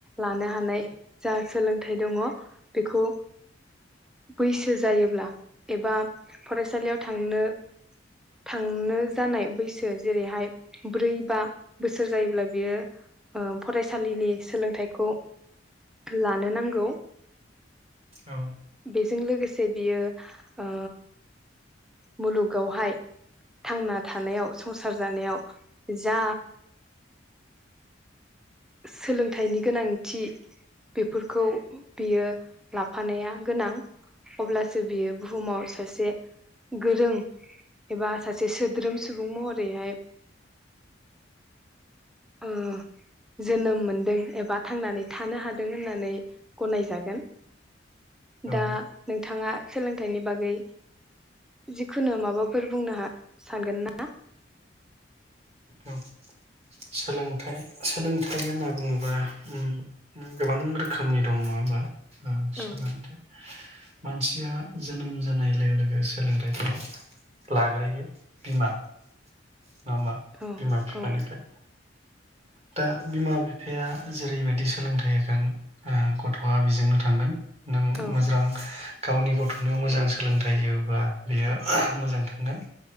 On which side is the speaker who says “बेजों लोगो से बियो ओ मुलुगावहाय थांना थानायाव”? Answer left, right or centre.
Centre